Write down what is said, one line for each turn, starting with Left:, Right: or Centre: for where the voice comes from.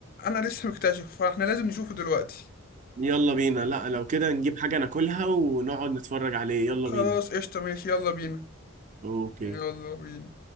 Left: انا لسه مكتشف فاحنا لازم نشوفه دلوقتي
Right: يلا بينا لا لو كده نجيب حاجة ناكلها ونقعد نتفرج عليه يلا
Left: خلاص
Right: بينا
Left: قشطة ماشي يلا بينا
Right: اوكي
Left: يلا بينا